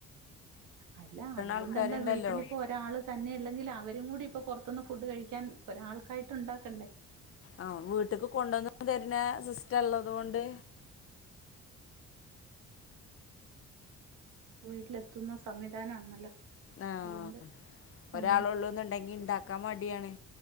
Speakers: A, on the right; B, on the left.
A: അല്ല അതുകൊണ്ട്
B: ആൾക്കാരുണ്ടല്ലോ
A: എന്താ വീട്ടിലിപ്പൊ ഒരാള് തന്നെ ഉള്ളെങ്കിൽ അവരും കൂടി ഇപ്പൊ പുറത്തുന്ന് ഫുഡ് കഴിക്കാൻ ഒരാൾക്കായിട്ട് ഉണ്ടാക്കണ്ടേ
B: ആഹ വീട്ടക്ക് കൊണ്ടുവന്ന തരുന്ന സിസ്റ്റർള്ളത് കൊണ്ട്
A: വീട്ടിലെത്തുന്ന സംവിധാന ആണല്ലോ
B: ആഹ്
A: അതുകൊണ്ട്
B: ഒരാളൊള്ളൂന്നുണ്ടെങ്കി
A: ആ
B: ഇണ്ടാക്കാൻ മടിയാണ്